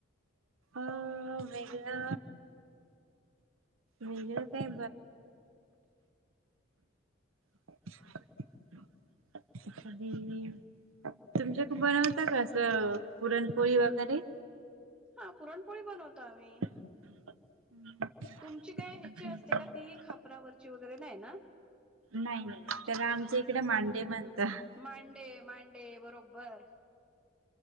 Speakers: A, on the right; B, in the centre.
A: अं वेगळ वेगळ काय <unintelligible> <inaudible> तुमच्याकड बनवता का अस पुरण? पोळी वगैरे.
B: हां पुरणपोळी बनवतो आम्ही.
A: <inaudible>
B: तुमची काय ह्याची
A: नाही
B: असते का ती खापरावरची वगैरे नाही ना?
A: नाही नाही त्याला आमच्या इकडे मांडे म्हणतात.
B: मांडे मांडे बरोबर.